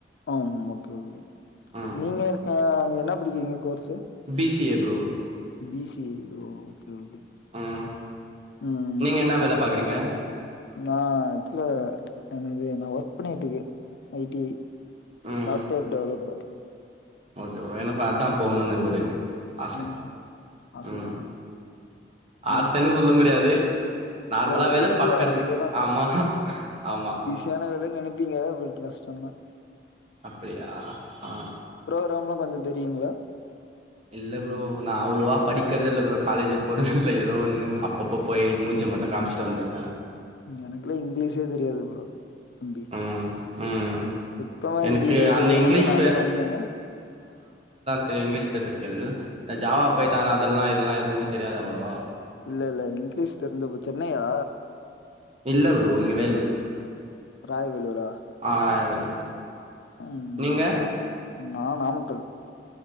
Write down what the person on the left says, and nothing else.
ஆம் ஓகே ஓகே
நீங்க அ என்ன படிக்கிறீங்க course
B C A ஓ ஓகே ஓகே
ம்
நா இதுல என்னது நான் ஒர்க் பண்ணிட்ருக்க ஐ டி ஐ
சாஃப்ட்வேர் டெவலப்பர்
ம் ஆசையா
ம்
வேற வழி
இல்ல
அப்டி
யான வேலன்னு நெனப்பீங்க பட் கஷ்டம்தா
ப்ரோக்ராம்லா கொஞ்சோ தெரியுங்களா
எனக்கெல்லா இங்கிலீஷே தெரியாது ப்ரோ தம்பி
சுத்தமா
இங்கிலீஷே
தெரியாமதா
நானே வந்தே
ஓகே
இல்ல இல்ல இங்கிலீஷ் தெரிஞ்சப் சென்னையா
ராயவேலூரா
ம்
ஓகே நான் நாமக்கல்